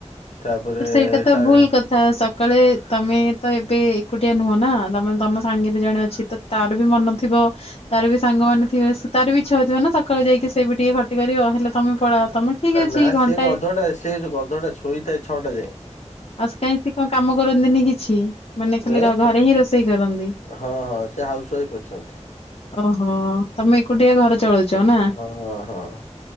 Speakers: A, on the left; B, on the left.
A: ତାପରେ
B: ସେଇଟା ତ
A: ସାଢେ
B: ଭୂଲ କଥା ସକାଳେ ତମେ ତ ଏବେ ଏକୁଟିଆ ନୁହଁ ନା ତମେ ତମ ସାଙ୍ଗରେ ଜଣେ ଅଛି ତ ତାର ବି ମନ ଥିବ ତାର ବି ସାଙ୍ଗ ମାନେ ଥିବେ ତାର ବି ଇଚ୍ଛା ହୋଇଥିବ ନା ସକାଳେ ଯାଇକି ସେ ବି ଟିକେ ଖଟି କରିବ ହେଲେ ତମେ ପଳାଅ। ତମେ ଠିକ
A: ତା
B: ଅଛି
A: ନା
B: ଘଣ୍ଟାଏ
A: ସେ ଗଧ ଟା ସେ ଗଧ ଟା ଶୋଇଥାଏ। ଛଅଟା ଯାଏଁ।
B: ଆଉସ୍ କାଇଁ ସେ କାହିଁ ସେ କଣ କାମ କରନ୍ତିନି କିଛି, ମାନେ ଖାଲି
A: ଏ କ-
B: ଘରେ ହିଁ ରୋଷେଇ କରନ୍ତି।
A: ହଁ ହଁ ସେ ହାଉସ ୱାଇଫ ଅଛନ୍ତି।
B: ଓହୋ ତମେ କୁଟିଆ ଘର ଚଳଉଚ ନା
A: ହଁ ହଁ